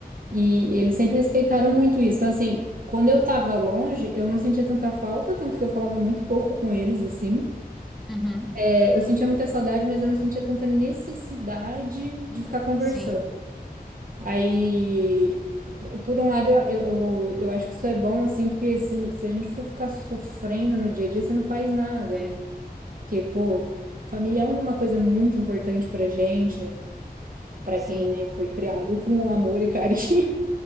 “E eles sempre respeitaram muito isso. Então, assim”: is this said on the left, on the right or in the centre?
Right